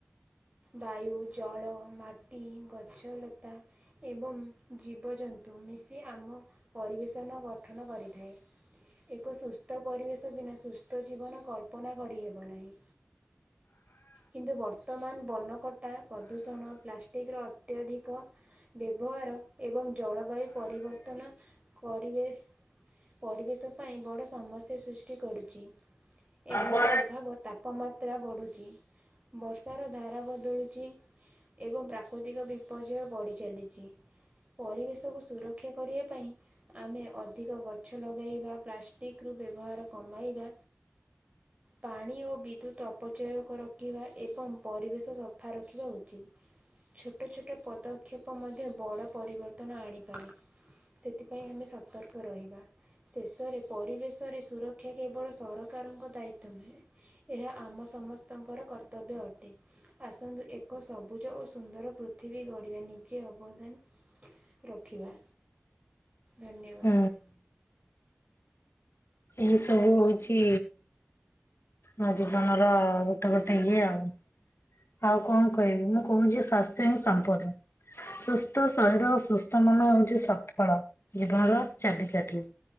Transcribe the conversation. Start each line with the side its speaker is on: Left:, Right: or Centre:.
Right: ବାୟୁ, ଜଳ, ମାଟି, ଗଛଲତା ଏବଂ ଜୀବଜନ୍ତୁ ମିଶି ଆମ ପରିବେଷନ ଗଠନ କରିଥାଏ। ଏକ ସୁସ୍ଥ ପରିବେଶ ବିନା ସୁସ୍ଥ ଜୀବନ କଳ୍ପନା କରିହେବ ନାହିଁ। କିନ୍ତୁ ବର୍ତ୍ତମାନ ବନକଟା ପ୍ରଦୂଷଣ ପ୍ଲାଷ୍ଟିକର ଅତ୍ୟଧିକ ବ୍ୟବହାର ଏବଂ ଜଳବାୟୁ ପରିବର୍ତ୍ତନ କରିବେ। ପରିବେଶ ପାଇଁ ବଡ଼ ସମସ୍ୟା ସୃଷ୍ଟି କରୁଚି। ଏହାର
Left: ହୁଁ
Right: ପ୍ରଭାବ ତାପମାତ୍ରା ମାତ୍ରା ବଢ଼ୁଚି ବର୍ଷାର ଧାରା ବଦଳୁଚି। ଏବଂ ପ୍ରାକୃତିକ ବିପର୍ଯ୍ୟୟ ବଢ଼ି ଚାଲିଚି। ପରିବେଶକୁ ସୁରକ୍ଷା କରିବା ପାଇଁ ଆମେ ଅଧିକ ଗଛ ଲଗାଇବା ପ୍ଲାଷ୍ଟିକ୍ ରୁ ବ୍ୟବହାର କମାଇବା ପାଣି ଓ ବିଦ୍ୟୁତ୍ ଅପଚୟକୁ ରୋକିବା ଏବଂ ପରିବେଶ ସଫା ରଖିବା ଉଚିତ। ଛୋଟ ଛୋଟ ପଦକ୍ଷେପ ମଧ୍ୟ ବଡ଼ ପରିବର୍ତ୍ତନ ଆଣିପାରେ। ସେଥିପାଇଁ ଆମେ ସତ ତର୍କ ରହିବା। ଶେଷରେ ପରିବେଶରେ ସୁରକ୍ଷା କେବଳ ସରକାରଙ୍କ ଦାୟିତ୍ୱ ନୁହେଁ। ଏହା ଆମ ସମସ୍ତଙ୍କର କର୍ତ୍ତବ୍ୟ ଅଟେ। ଆସନ୍ତୁ ଏକ ସବୁଜ ଓ ସୁନ୍ଦର ପୃଥିବୀ ଗଢ଼ିବା ନିଜେ ଅବଦାନ ରଖିବା। ଧନ୍ୟବାଦ।
Left: ହୁଁ। ଏ ସବୁ ହଇଛି ମୋ ଜୀବନର ଗୋଟେ ଗୋଟେ ଇଏ ଆଉ ଆଉ କଣ କହିବି ମୁଁ କହୁଛି ସ୍ୱାସ୍ଥ୍ୟ ହି ସମ୍ପଦ। ସୁସ୍ଥ ଶରୀର ଓ ସୁସ୍ଥ ମନ ହଉଛି ସଫଳ ଜୀବନର ଚାବିକାଠି।